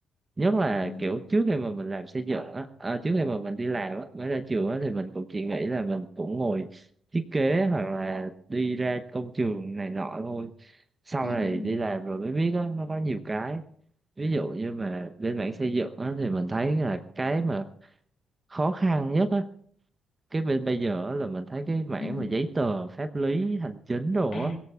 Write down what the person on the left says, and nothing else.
ừ
ừ
ừ
ừ.
à